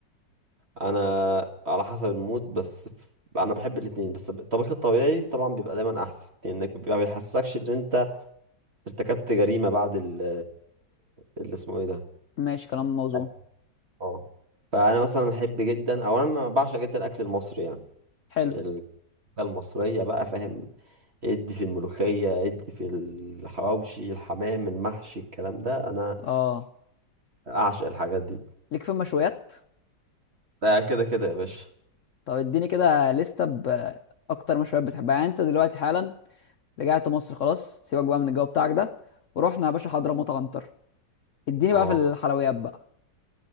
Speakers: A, on the right (about 35°); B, on the left (about 60°).
A: انا على حسب المود بس ف- انا بحب الاثنين بس الطبيخ الطبيعي طبعا بيبقى دايما احسن لانك ما بيحسكش ان انت ارتكبت جريمه بعد ال اللي اسمه ايه ده
B: ماشي كلام موزون
A: أيوة. اه فانا مثلا احب جدا او انا بعشق جدا الاكل المصري يعني
B: حلو
A: الأكلة المصريه بقى فاهم ادي في الملوخية ادي في الحواوشي الحمام المحشي الكلام ده انا
B: اه
A: اعشق الحاجات دي
B: ليك في المشويات
A: ده كده كده يا باشا
B: طب اديني كده لستة بأكتر مشويات بتحبها يعني انت دلوقتي حالا رجعت مصر خلاص سيبك بقى من الجو بتاعك ده ورحنا يا باشا حضرموت عنتر اديني
A: اه
B: بقى في الحلويات بقى